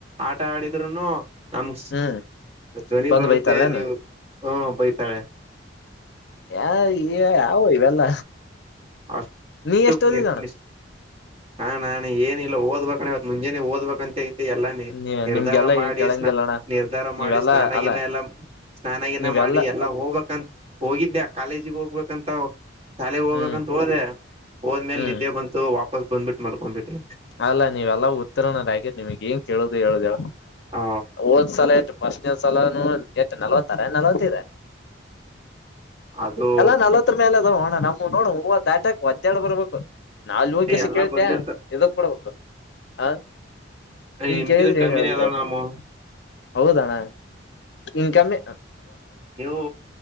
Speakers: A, on the right; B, on the left.
A: ಆಟ ಆಡಿದ್ರುೂನು ನಮ
B: ಹ್ಮ್
A: ಧ್ವನಿ
B: ಬಂದ್
A: ಬರುತ್ತೆ
B: ಬೈತಾರನ
A: ನೀವು ಹ ಬೈತಾಳೆ
B: ಯಾವ ಇವೆಲ್ಲ
A: ಅಷ್ಟು
B: ನೀ ಎಷ್ಟ ಓದಿದಣ
A: ನಿರ್ಮಿಸ್ ಹಾ ನಾನ ಏನಿಲ್ಲ ಓದ್ಬೇಕಣವತ್ ಮುಂಜೆನನೆ ಓದಬೇಕಂತ ಎಲ್ಲ ನಿ
B: ನೀ
A: ನಿರ್ಧಾರ
B: ನಿಮ್ಗೆಲ್ಲಾ
A: ಮಾಡಿ
B: ಏನ್ ಕೇಳಂಗಿಲ್ಲಣ
A: ಸ್ನ ನಿರ್ಧಾರ
B: ನೀವೆಲ್ಲಾ
A: ಮಾಡಿ ಸ್ನಾನಗಿನ
B: ಅಲ್ಲ
A: ಎಲ್ಲ ಸ್ನಾನಗನ
B: ನೀವೆಲ್ಲಾ
A: ಮಾಡಿ ಎಲ್ಲಾ ಹೋಗ್ಕ್ಂತ ಹೋಗಿದ್ದ್ಯಾ ಕಾಲೇಜಿಗೆ ಹೋಗ್ಬೇಕಂತ ಶಾಲೆಗೆಗ್ ಹೋಗ್ಬೇಕಂತ
B: ಹ್ಮ್
A: ಹೋದೆ ಹೋದ್್ಮೇಲೆ
B: ಹ್ಮ್
A: ನಿದ್ದೆ ಬಂತು ವಾಪಸ್ ಬಂದ್ಬಿಟ್ಟು ಮಲ್ಕೊಂಡ್ಬಿಟ್ಟಿ
B: ಅಲ್ಲಾ ನೀವೆಲ್ಲ ಉತ್ತೀರ್ಣದಗ ನಿಮಗ್ ಏನ್ ಕೇಳುದು ಹೇಳುದವ
A: ಹ
B: ಓದ್ಸಲ ಇ್ಸಲ ನೂ ಎಟ್ ನಲ್ವತ್ತಾರ ನಲ್ವತ್ತ್ರ
A: ಅದು
B: ಎಲ್ಲ ನಲ್ವತ್ತು ಮೇಲೆ ಅದ ಹಣ ನಮ ನೋಡು ಹೂವು ದಾಂಟಕ್ ಒದ್ಡು ಬರ್ಬೇಕು ನಾೂ ಕೆಸ
A: ಎಲ್ಲಾ
B: ಕೇಳ್ತೆೇ
A: ಬಂದಿರ್ತ
B: ಇದಕ್ ಕೊಡ್ಬೇಕು ಹ ಹಂ
A: ನಿಮ್ಕಿದ್ರ
B: ಕೇಳಿದ್ರೆ
A: ಕಮ್ಮಿನೇ
B: ಏನ್ ಹೇಳ್ಕಳ
A: ಅದಾವ ನಮ್ಮವು
B: ಹೌದಣ್ಣ ಇನ್ಕಮ್ಮಿ
A: ನೀವು